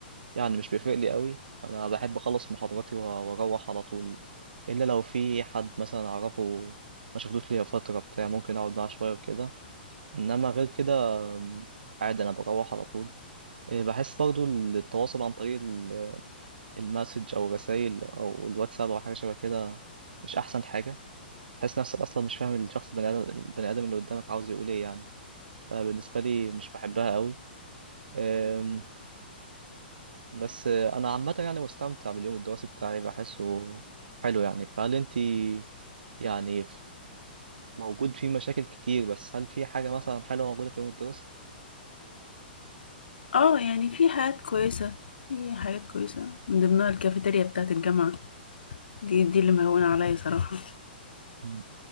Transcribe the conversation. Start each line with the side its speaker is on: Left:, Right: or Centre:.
Right: يعني مش بيفرق لي قوي انا بحب اخلص محاضراتي و- واروح على طول الا لو في حد مثلا اعرفه ما شفتوش ليا فترة بتاع ممكن اقعد معاه شوية وكده انما غير كده آم، عادي انا بروح على طول إيه، بحس برضو التواصل عن طريق ال- المسج او الرسائل او الواتساب او حاجه شبه كده مش احسن حاجه تحس نفسك اصلا مش فاهم الشخص البني ادم البني ادم اللي قدامك عاوز يقول ايه يعني فبالنسبه لي مش بحبها قوي أم، بس آه، انا عامه يعني مستمتع باليوم الدراسي بتاعي بحسه حلو يعني فهل انت يعني ف- موجود فيه مشاكل كتير بس هل في حاجه مثلا حلوه موجوده في اليوم الدراسي
Left: اه يعني في حاجات كويسة في حاجات كويسة من ضمنها الكافيتيريا بتاعة الجامعة دي دي اللي مهونة عليا صراحة
Right: مم.